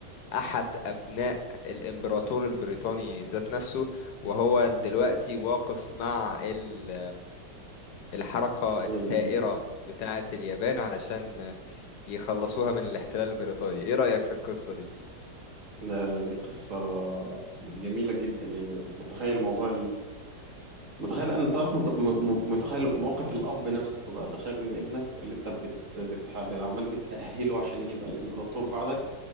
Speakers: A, on the left; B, on the right.
A: احد ابناء الامبراطور البريطاني ذات نفسه وهو دلوقتي واقف مع ال- الحركة الثائرة
B: يا جميل.
A: بتاعة اليابان علشان يخلصوها من الاحتلال البريطاني ايه رأيك في القصة دي
B: ده- دي قصة جميلة جدا يعني متخيل موضوع متخيل أنا تعرف مت- م- م- متخيل موقف الأب نفسه بقى تخيل إن ابنك اللي أنت بت... بت... بت- عمال بتأهله عشان يبقى الإمبراطور بعدك